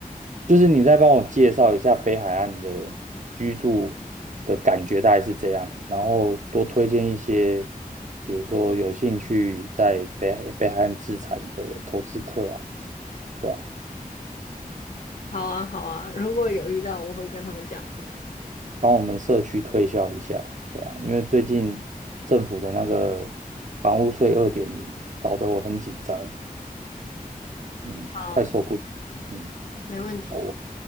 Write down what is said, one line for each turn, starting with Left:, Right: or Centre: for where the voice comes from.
Right: 就是你再帮我介绍一下北海岸的居住的感觉大概是这样，然后多推荐一些，比如说有兴趣在北海北海岸自产的投资客啊，对吧？
Left: 好啊，好啊，如果有遇到，我会跟他们讲的。
Right: 帮我们社区推销一下，对啊，因为最近政府的那个房屋税二点零搞得我很紧张，嗯，
Left: 好，
Right: 快受不了，嗯，
Left: 没问题。
Right: 好，